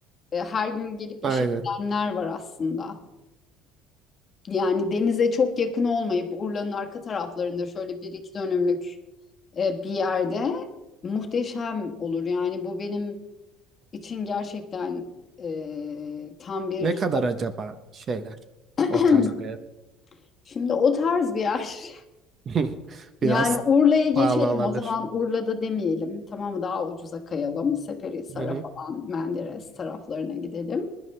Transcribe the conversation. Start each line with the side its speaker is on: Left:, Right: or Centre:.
Left: e, her gün gelip
Right: aynen.
Left: işe gidenler var aslında. Yani denize çok yakın olmayıp Urla'nın arka taraflarında şöyle bir iki dönümlük e, bir yerde muhteşem olur. Yani bu benim için gerçekten e, tam bir
Right: Ne kadar acaba şeyler
Left: <clears throat>
Right: o tarz bir ev?
Left: şimdi o tarz bir yer. <laughs>
Right: <laughs>
Left: Yani
Right: Biraz
Left: Urla'ya geçelim
Right: pahalı olabilir.
Left: o zaman Urla'da demeyelim tamam mı daha ucuza kayalım Seferihisar'a
Right: Hı
Left: falan Menderes taraflarına gidelim.